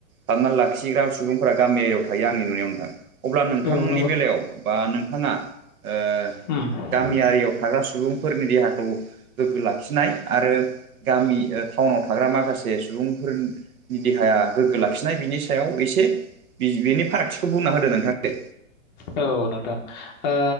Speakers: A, on the right (about 85°); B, on the left (about 35°).
A: हाबना लाखिग्रा सुबुंफोरा गामि एरियायाव थायो आंनि नुनायाव नोंथां। अब्ला नोंथांनि
B: औ नंगौ
A: बेलायाव बा नोंथाङा ओ
B: उम
A: गामियारियाव थाग्रा सुबुंफोरनि देहाखौ गोग्गो लाखिनाय आरो गामि ओ टाउनाव थाग्रा माखासे सुबुंफोर देहाया गोग्गो लाखिनाय बिनि सायाव एसे बेनि फारागथिखौ बुंना होदो नोंथां दे।
B: औ नोंथां ओ